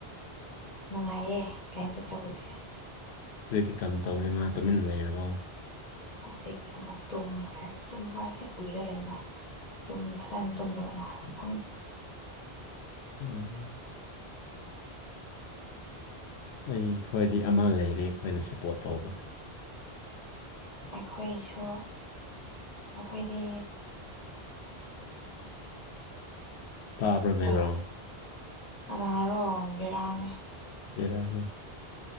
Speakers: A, on the left; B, on the left.
A: ꯅꯨꯡꯉꯥꯏꯌꯦꯦ ꯀꯩꯝꯇ ꯇꯧꯗꯦ
B: ꯍꯧꯖꯤꯛꯇꯤ ꯀꯝ ꯇꯧꯔꯦ ꯃꯥ ꯇꯨꯃꯤꯟꯅ ꯂꯩꯔꯕꯣ
A: ꯍꯧꯖꯤꯛ ꯇꯤ ꯑꯃꯨꯛ ꯇꯨꯝꯈ꯭ꯔꯦ ꯇꯨꯝꯕ ꯍꯥꯏꯁꯦ ꯎꯏꯔ ꯂꯩꯃ ꯇꯨꯝ ꯐꯖꯅ ꯇꯨꯝꯗꯕ ꯃꯥꯜꯂꯦ ꯈꯪꯗꯦ
B: ꯎꯝ ꯑꯩꯈꯣꯏꯗꯤ ꯑꯃ ꯂꯩꯔꯦ ꯑꯩꯈꯣꯏꯅ ꯁꯞꯄꯣꯔꯠ ꯇꯧꯕ
A: ꯑꯩꯈꯣꯏꯁꯨ ꯑꯩꯈꯣꯏꯗꯤ
B: ꯇꯥꯕ꯭ꯔꯥ ꯕꯦꯛꯒ꯭ꯔꯥꯎꯟ
A: ꯑꯦ ꯀꯅꯥꯔꯣ ꯕꯦꯔꯥꯅꯤ
B: ꯕꯦꯔꯥꯅꯦ